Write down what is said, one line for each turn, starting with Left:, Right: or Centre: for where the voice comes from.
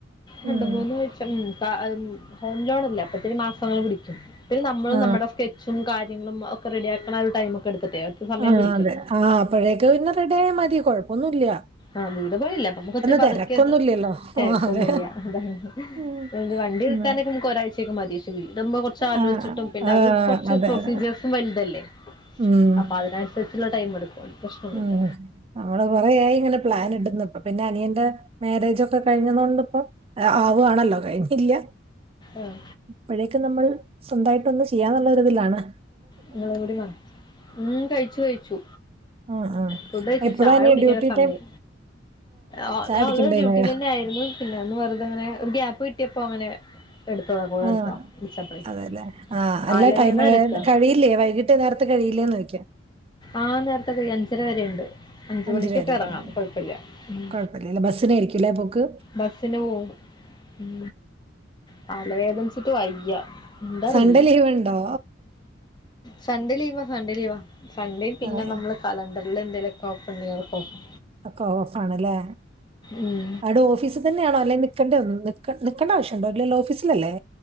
Left: രണ്ട്
Right: ഉം
Left: മൂന്ന് വെച്ചം ഫ ഉം ഹോം ലോൺല്ല അപ്പത്തെന് മാസങ്ങൾ പിടി ക്കും പിന്നെ നമ്മള്
Right: ആ
Left: നമ്മടെ സ്കെച്ചും കാര്യങ്ങളും ഒക്കെ റെഡിയാക്കണ ഒരു ടൈമൊക്കെ എടുത്തിട്ടേ അതൊക്കെ സമയം
Right: ആഹ്
Left: പിടിക്കും
Right: അതെ ആ അപ്പോഴേക്കെ പിന്നെ റെഡിയായ മതി കൊഴപ്പൊന്നുല്ല്യ
Left: ആഹ് വീട് പണില്ലേ അപ്പോ നമ്മക്ക് ഒത്തിരി പതുക്കെ
Right: തിരക്കൊന്നുമില്ലല്ലോ
Left: ത തെരക്കൊന്നുംല്ല
Right: ആ, അതെ
Left: അതാണ്
Right: ഉം,
Left: ഒരു വണ്ടി
Right: ഉം.
Left: എടുക്കാനൊക്കെ നമ്മുക്ക് ഒരാഴ്ച്ചേക്കെ മതി വീടമ്പോ കൊറച്ച് ആലോച്ചിട്ടും
Right: ആ
Left: പിന്നെ
Right: ആ
Left: അത് കൊറച്ച്
Right: അതെ
Left: പ്രൊസീജിയേസും
Right: അതെ
Left: വൽതല്ലേ
Right: ഉം
Left: അപ്പ അതിനനുസരിച്ചുള്ള ടൈം എടുക്കും പ്രശ്നമൊന്നുമില്ല
Right: ഉം നമ്മള് കൊറേയായി ഇങ്ങനെ പ്ലാൻ ഇടുന്നു ഇപ്പ പിന്നെ അനിയന്റെ മാരേജൊക്കെ കഴിഞ്ഞതൊണ്ട്പ്പൊ ആവ്വാണല്ലോ കഴിഞ്ഞില്ല
Left: ആഹ്
Right: ഇപ്പഴേക്ക് നമ്മൾ സ്വന്തായിട്ടൊന്ന് ചെയ്യാന്നുള്ളരിതിലാണ്.
Left: നിങ്ങള് കൂടിമാ ഉം കഴിച്ചു കഴിച്ചു
Right: ഉം ഉം
Left: ഫുഡ് കഴിച്ചു
Right: എപ്പഴാ
Left: ചായ
Right: നീ
Left: കുടിക്കണ
Right: ഡ്യൂട്ടി
Left: സമയായ്
Right: ടൈം
Left: ആഹ്
Right: ചായ
Left: ഞാ
Right: കുടിക്കണ്ടേ
Left: ഓൾറെഡി ഡ്യൂട്ടിലന്നെ
Right: മഴ
Left: ആയിരുന്നു പിന്നെ ഒന്ന് വെറുതെ അങ്ങനെ ഒരു ഗ്യാപ്പ് കിട്ടിയപ്പോ അങ്ങനെ എടുത്തതാ കോൾ
Right: ആഹ്
Left: എടുത്തതാ വിളിച്ചപ്പോഴേ
Right: അതെല്ലേ ആഹ്
Left: തലവേദന
Right: അല്ല ടൈമ്
Left: എടുക്കുക
Right: കഴി ഇല്ലേ വൈകിട്ട് നേരത്തെ കഴില്ലേന്ന് ചോയ്ക്ക്യാ
Left: ആഹ് നേരത്തെകയ്യും അഞ്ചര വരെണ്ട് അഞ്ച്
Right: അഞ്ചര
Left: മണിക്കൊക്കെ
Right: വരെയല്ലേ
Left: എറങ്ങാം കൊഴപ്പില്ല ഉം
Right: <unintelligible> ബസ്സിനായിരിക്കുംല്ലേ പോക്ക്
Left: ബസിന് പോവും ഉം തലവേദനിച്ചിട്ട് വയ്യാ എന്താറില്ല.
Right: സൺഡേ ലീവ് ഉണ്ടോ
Left: സൺഡേ ലീവാ സൺഡേ ലീവാ സൺഡേ പിന്നെ
Right: ആഹ്
Left: നമ്മള് കലണ്ടർല് എന്തെങ്കിലൊക്കെ ഓഫോണ്ടേ അതൊക്കെ ഓഫാ
Right: ഒക്കോ ഓഫാണല്ലേ
Left: ഉം
Right: ആടെ ഓഫീസി തന്നെയണോ അല്ലെ നിക്കണ്ടെ നിക്കേണ്ട ആവശ്യംണ്ടോ ഇല്ലല്ലോ ഓഫീസിലല്ലേ?